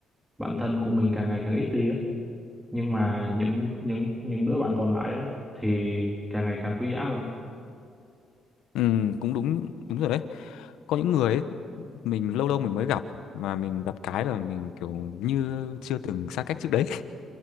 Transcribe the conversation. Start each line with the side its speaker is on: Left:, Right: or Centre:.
Centre: bạn thân của mình càng ngày càng ít đi á nhưng mà những những những đứa bạn còn lại á thì càng ngày càng quý giá hơn
Left: ừ, cũng đúng đúng rồi đấy có những người ấy, mình lâu lâu mình mới gặp mà mình gặp cái là mình kiểu như chưa từng xa cách trước đấy <laughs>